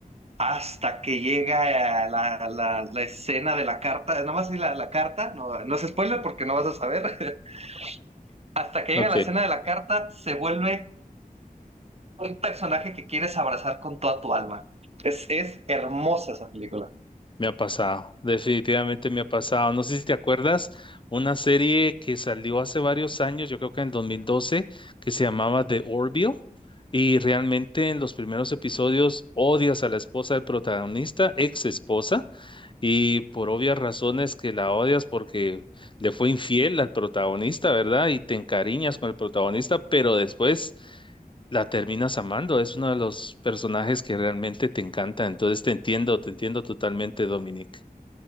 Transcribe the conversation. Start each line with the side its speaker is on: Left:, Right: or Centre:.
Right: Hasta que llega la, la- la escena de la carta, No más vi la, la carta, no, no es spoiler porque no vas a saber. <laughs> Hasta que
Left: Ok.
Right: llega la escena de la carta, se vuelve un personaje que quieres abrazar con toda tu alma. Es, es hermosa esa película.
Left: Me ha pasado, definitivamente me ha pasado. No sé si te acuerdas, una serie que salió hace varios años, yo creo que en el 2012, que se llamaba The Orville, y realmente en los primeros episodios odias a la esposa del protagonista, ex esposa, y por obvias razones que la odias porque le fue infiel al protagonista, ¿verdad? Y te encariñas con el protagonista, pero después la terminas amando. Es uno de los personajes que realmente te encanta. Entonces te entiendo, te entiendo totalmente, Dominic.